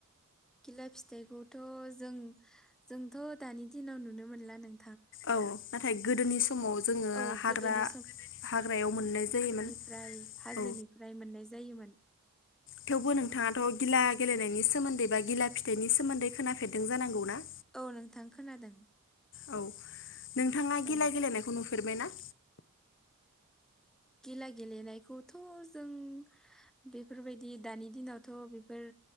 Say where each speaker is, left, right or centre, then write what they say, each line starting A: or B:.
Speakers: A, in the centre; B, on the left.
A: गिला फिथाइखौथ' जों जोंथ' दानि दिनाव नुनो मोनला नों
B: औ नाथाय गोदोनि समाव जोङो
A: औ
B: हाग्रा
A: गोदोनि
B: हाग्रायाव मोननाय जायोमोन।
A: फ्राय हाजोनिफ्राय
B: औ
A: मोननाय जायोमोन।
B: थेवबो नोंथाङाथ' गिला गेलेनायनि सोमोन्दै बा गिला फिथाइनि सोमोन्दै खोनाफेरदों जानांगौ ना?
A: औ नोंथां खोनादों।
B: औ नोंथाङा गिला
A: औ
B: गेलेनायखौ नुफेरबायना?
A: गिला गेलेनायखौथ' जों बेफोरबायदि दानि दिनावथ' बेफोर